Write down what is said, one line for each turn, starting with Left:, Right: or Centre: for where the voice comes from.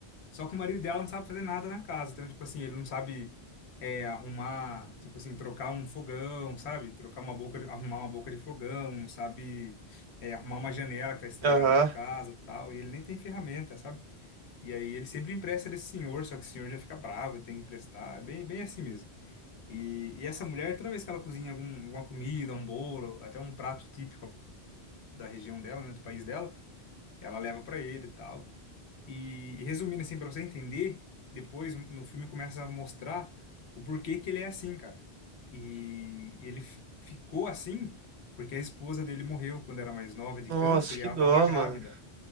Left: Só que o marido dela não sabe fazer nada na casa. Então, tipo assim, ele não sabe é, arrumar, tipo assim, trocar um fogão, sabe? Trocar uma boca, arrumar uma boca de fogão, não sabe é, arrumar uma janela que tá estragada
Right: Aham.
Left: na casa, tal. E ele nem tem ferramenta, sabe? E aí ele sempre empresta desse senhor, só que o senhor já fica bravo, tem que emprestar, é bem, bem assim mesmo. E, e essa mulher, toda vez que ela cozinha algum, alguma comida, um bolo, até um prato típico da região dela, né, do país dela, ela leva para ele e tal. E, e resumindo assim pra você entender, depois no filme começa a mostrar o porquê que ele é assim, cara. E ele f- ficou assim porque a esposa dele morreu quando era mais nova de
Right: Nossa,
Left: câncer e
Right: que
Left: ela
Right: dó,
Left: tava grávida.
Right: mano.